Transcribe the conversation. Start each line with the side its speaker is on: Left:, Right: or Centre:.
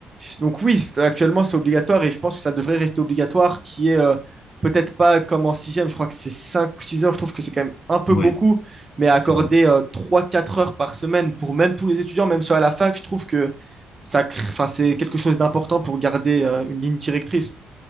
Right: Donc oui, c'est- actuellement c'est obligatoire et je pense que ça devrait rester obligatoire, qui est euh, peut-être pas comme en sixième, je crois que c'est 5 ou 6 heures, je trouve que c'est quand même un peu
Left: Ouais,
Right: beaucoup, mais accorder
Left: c'est vrai.
Right: euh, trois quatre heures par semaine pour même tous les étudiants, même ceux à la fac, je trouve que ça, cr- enfin, c'est quelque chose d'important pour garder euh, une ligne directrice.